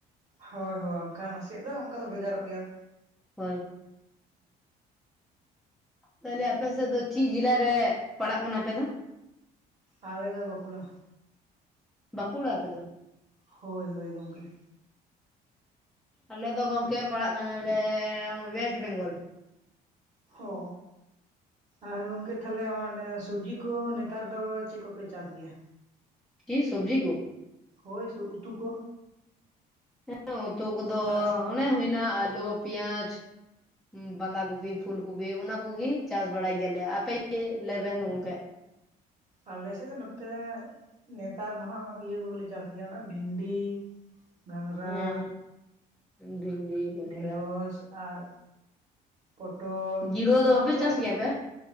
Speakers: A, on the right (about 35°); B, in the centre.
A: ᱦᱳᱭ ᱦᱳᱭ ᱚᱱᱠᱟ ᱱᱟᱥᱮᱭᱟᱜ ᱫᱚ ᱚᱱᱠᱟ ᱫᱚ ᱵᱷᱮᱜᱟᱨᱚᱜ ᱜᱮᱭᱟ
B: ᱦᱳᱭ ᱛᱟᱦᱞᱮ ᱟᱯᱮ ᱥᱮᱫ ᱫᱚ ᱪᱮᱫ ᱡᱮᱞᱟᱨᱮ ᱯᱟᱲᱟᱜ ᱠᱟᱱᱟ ᱟᱯᱮ ᱫᱚ
A: ᱟᱞᱮ ᱫᱚ ᱵᱟᱸᱠᱩᱲᱟ
B: ᱵᱟᱸᱠᱩᱲᱟ ᱟᱯᱮ ᱫᱚ
A: ᱦᱳᱭ ᱦᱳᱭ ᱜᱚᱢᱠᱮ
B: ᱟᱞᱮ ᱫᱚ ᱜᱚᱢᱠᱮ ᱯᱟᱲᱦᱟᱜ ᱠᱟᱱᱟᱞᱮ ᱳᱭᱮᱥᱴ ᱵᱮᱝᱜᱚᱞ
A: ᱦᱚ ᱟᱨ ᱜᱚᱢᱠᱮ ᱛᱟᱦᱞᱮ ᱚᱱᱮ ᱥᱚᱵᱡᱤ ᱠᱚ ᱱᱮᱛᱟᱨ ᱫᱚ ᱪᱮᱫ ᱠᱚᱯᱮ ᱪᱟᱥ ᱜᱮᱭᱟ
B: ᱠᱤ ᱥᱚᱵᱡᱤ ᱠᱚ
A: ᱦᱳᱭ ᱥᱚ ᱩᱛᱩ ᱠᱚ
B: ᱦᱮᱸ ᱩᱛᱩ ᱠᱚᱫᱚ
A: ᱟᱲᱟᱜ ᱥᱟᱠᱟᱢ
B: ᱚᱱᱮ ᱦᱩᱭᱱᱟ ᱟᱹᱞᱩ ᱯᱮᱸᱭᱟᱡᱽ ᱵᱟᱸᱫᱷᱟ ᱠᱚᱯᱤ ᱯᱷᱩᱞ ᱠᱚᱯᱤ ᱚᱱᱟ ᱠᱚᱜᱤ ᱪᱟᱥ ᱵᱟᱲᱟᱭ ᱜᱮᱭᱟᱞᱮ ᱟᱯᱮ ᱜᱮ ᱞᱮᱵᱮᱱ ᱜᱚᱝᱠᱮ
A: ᱟᱞᱮ ᱥᱮᱫ ᱫᱚ ᱱᱚᱛᱮ ᱱᱮᱛᱟᱨ ᱫᱚ ᱦᱟᱸᱜ ᱤᱭᱟᱹ ᱠᱚᱜᱮᱞᱮ ᱪᱟᱥ ᱜᱮᱭᱟ ᱵᱷᱤᱱᱰᱤ ᱜᱷᱟᱝᱜᱽᱨᱟ
B: ᱦᱮᱸ ᱵᱷᱤᱱᱰᱤ ᱜᱷᱟᱸᱜᱽᱨᱟ
A: ᱰᱷᱮᱸᱲᱚᱥ ᱟᱨ ᱯᱚᱴᱚᱞ
B: ᱜᱤᱲᱣᱟᱹ
A: ᱚᱱᱟ
B: ᱫᱚ ᱵᱟᱯᱮ
A: ᱠᱚᱜᱮ
B: ᱪᱟᱥ ᱜᱮᱭᱟ ᱯᱮ